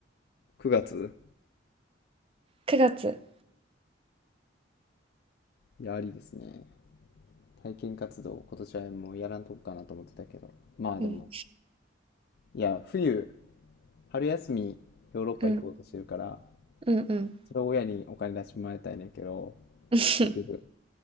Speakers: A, on the left; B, on the right.
A: 9月
B: 9月。
A: いや、ありですね。体験活動、今年はもうやらんとこかなと思ってたけど。まあでも、
B: うん。
A: いや、冬、春休み、ヨーロッパ行こうとしてるから、
B: うん。うんうん。
A: それを親にお金出してもらいたいねんけど、
B: <laughs>
A: 結局